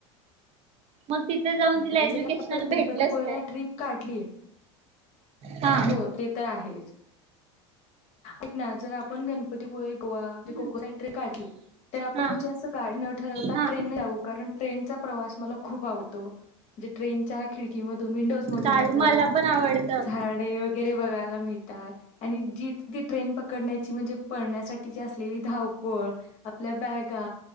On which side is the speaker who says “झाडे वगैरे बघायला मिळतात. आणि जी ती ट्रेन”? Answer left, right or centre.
Left